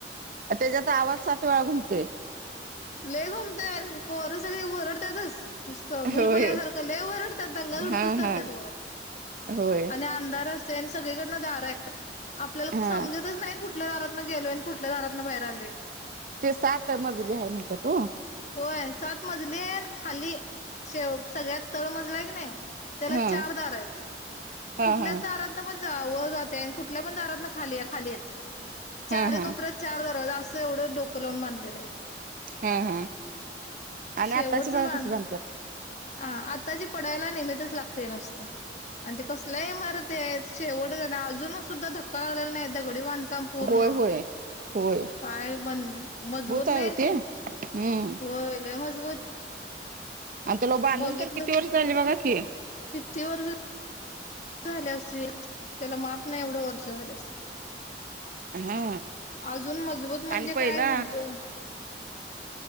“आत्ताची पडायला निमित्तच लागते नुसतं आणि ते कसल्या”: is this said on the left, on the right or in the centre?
Left